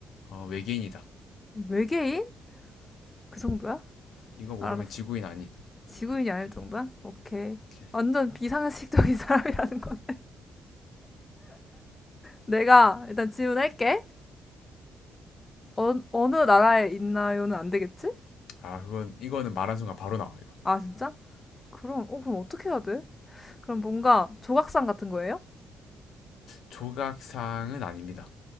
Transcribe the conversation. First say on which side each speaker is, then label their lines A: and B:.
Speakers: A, on the left (about 75°); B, on the left (about 20°).
A: 어, 외계인이다.
B: 외계인? 그 정도야?
A: 이거 모르면
B: 알았어.
A: 지구인 아님.
B: 지구인이 아닐 정도야? 오케이.
A: 오케이.
B: 완전 비상식적인 <laughs> 사람이라는 건. 내가 일단 질문할게. 어, 어느 나라에 있나요는 안 되겠지?
A: 아, 그건 이거는 말한 순간 바로 나와 이거.
B: 아, 진짜? 그럼, 어, 그럼 어떻게 해야 돼? 그럼 뭔가 조각상 같은 거예요?
A: 조각상은 아닙니다.